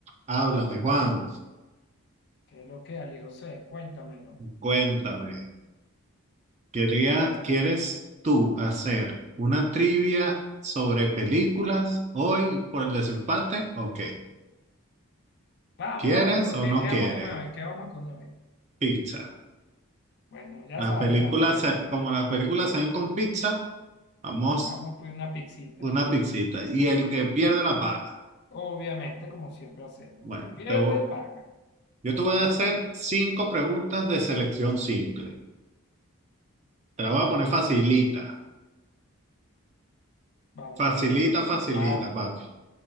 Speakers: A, on the right (about 30°); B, on the left (about 50°).
A: Háblame, Juan,
B: ¿Qué es lo que, Ali José? Cuéntamelo.
A: cuéntame. Quería, ¿quieres tú hacer una trivia sobre películas hoy por el desempate o qué?
B: Vamos,
A: ¿Quieres
B: vamos, pero
A: o
B: ¿qué,
A: no
B: qué
A: quieres?
B: vamos a comer hoy? ¿Qué vamos a comer hoy?
A: Pizza.
B: Bueno, ya
A: Las
B: sabes
A: películas,
B: las reglas.
A: se- como las películas se ven con pizza, vamos
B: Vamos a pedir una pixita.
A: una pizzita. Y el que pierde la paga.
B: Obviamente, como siempre hacemos.
A: Bueno,
B: El que pierde,
A: te voy-
B: paga.
A: yo te voy a hacer cinco preguntas de selección simple. Te la voy
B: Ok.
A: a poner facilita.
B: Vamos,
A: Facilita,
B: país, vamos, vamos,
A: facilita,
B: vamos,
A: papi.